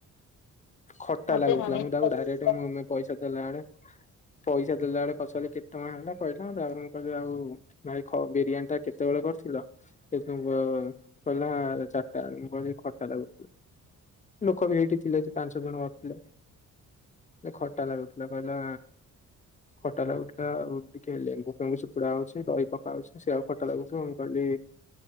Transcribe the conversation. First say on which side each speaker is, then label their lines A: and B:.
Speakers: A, on the left; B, on the left.
A: ଖଟା
B: ମତେ
A: ଲାଗୁଥିଲା,
B: ନନେଇ
A: ମୁଁ
B: ଖାଇଲେ
A: ତାକୁ ଡାଇରେକ୍ଟ
B: ଏଇଆ
A: ମୁହେଁ ମୁହେଁ ପଇସା ଦେଲା ବେଳେ ପଇସା ଦେଲା ବେଳେ ପଚାରିଲି କେତେ ଟଙ୍କା ହେଲା। କହିଲା, ତା ପରେ ମୁଁ କହିଲି ଆଉ ଭାଇ ଖ ବିରିୟାନୀ ଟା କେତେବେଳେ କରିଥିଲ। ସେ କଁ ଅଁ କହିଲା ଚାରିଟା ବେଳେ ମୁଁ କଇଲି ଖଟା ଲାଗୁଥିଲା। ଲୋକ ବି ହେଇଠି ଥିଲେ। ଯେ ପାଞ୍ଚ ଜଣ ବସିଥିଲେ ମୁଁ କଇଲି ଖଟା ଲାଗୁଥିଲା। ଆ ପିଲା କହିଲା ଖଟା ଲାଗୁଥିଲା ଆଉ ଟିକେ ଲେମ୍ବୁ ଫେଙ୍ଗୁ ଚୁପୁଡା ହଉଚି। ସେ ଦହି ପକାଉଚି ସେ ଆଉ ଖଟା ଲାଗୁଚି ମୁଁ କହିଲି